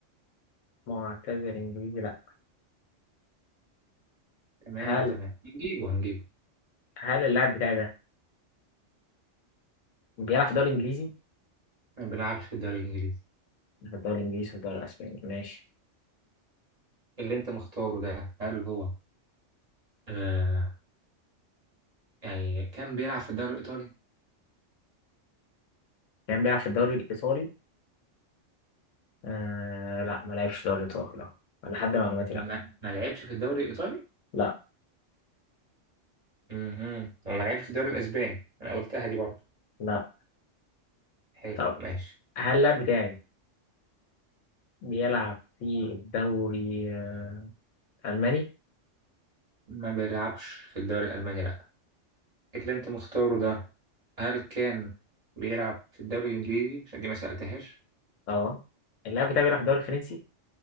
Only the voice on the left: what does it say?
معتذر إنجليزي لا
هل
هل اللاعب بتاعي ده بيلعب في الدوري الإنجليزي؟
في الدوري الإنجليزي في الدوري الأسباني ماشي
كان بيلعب في الدوري الإيطالي آه لا ما لعبش دوري الابطال لا أنا لحد معلوماتي
لا
لا
لا
طب
هل اللاعب بتاعي بيلعب في الدوري آه، الماني
اه اللاعب بتاعي بيلعب في الدوري الفرنسي